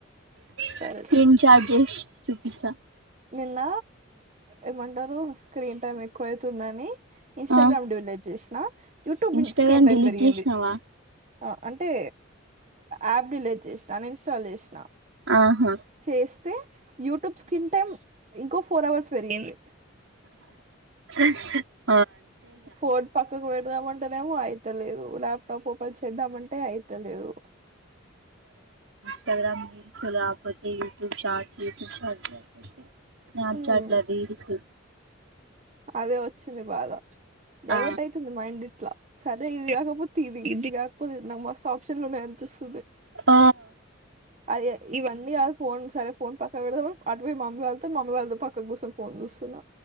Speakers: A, on the right; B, on the right.
A: స్క్రీన్
B: సరే
A: చాట్ చేసి చూపిస్తా
B: నిన్న ఏమంటారు స్క్రీన్ టైమ్ ఎక్కువైతుందని ఇన్స్టాగ్రామ్
A: ఆ
B: డిలేట్ చేసిన YouTube
A: Instagram
B: screen time
A: delete
B: పెరిగింది
A: చేసినావా
B: అ అంటే యాప్ డిలీట్ చేసినా అన్ ఇన్స్టాల్ చేసినా
A: ఆహా
B: చేస్తే యూట్యూబ్ స్క్రీన్ టైమ్ ఇంకో ఫోర్ అవర్స్ పెరిగింది
A: స్ <inaudible>
B: ఫోన్ పక్కకు పెడుదామంటేనేమో అయితలేదు ల్యాప్టాప్ ఒ న్ చేద్దామంటే అయితలేదు
A: ఇన్స్టగ్రామ్పోతే యూట్యూబ్ స్టట్ <unintelligible> స్నాప్
B: మ్మ్
A: చాట్ ల రిల్స్
B: అదే వచ్చింది బాధ డైవర్ట్
A: ఆ
B: అయితుంది మైండ్ ఇట్ల సరే ఇది కాకపోతే ఇది కాకపోతే నాకు మస్తు ఆప్షన్లు ఉన్నాయి అనిపిస్తుంది
A: అ
B: అది ఇవన్నీ అది ఫోన్ సరే ఫోన్ పక్క పెడుదామ అటు పోయి మమ్మీ వాళ్తో మామ్మీ వాళ్ళతో పక్క కూర్చొని పోన్ చూస్తున్న